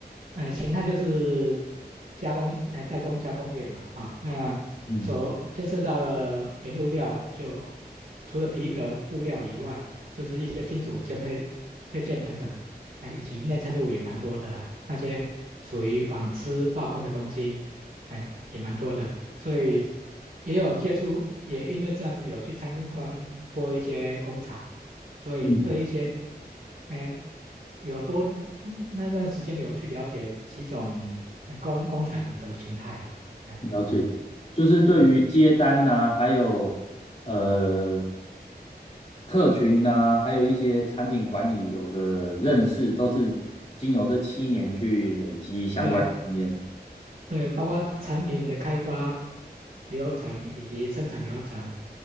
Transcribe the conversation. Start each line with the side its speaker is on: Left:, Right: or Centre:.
Right: 呃，形态就是加工，哎、代工加工业嘛，哈、那所牵涉到了原物料就
Left: 嗯
Right: 除了皮革、布料以外，就是一些金属件配配件等等，哎、以及内衬物也蛮多的啊，那些属于纺织化工的东西，哎、也蛮多的，所以。也有接触，也因为这样子有去参观过一些工厂，所以对一些，
Left: 嗯，
Right: 哎，有多嗯那段时间有去了解几种呃工工厂的形态啊，哎
Left: 了解，就是对于接单呐、
Right: 嗯，
Left: 还有呃客群呐、还有一些产品管理有个认识，都是经由这七年去累积相关经验。
Right: 对，对，包括产品的开发流程以及生产流程、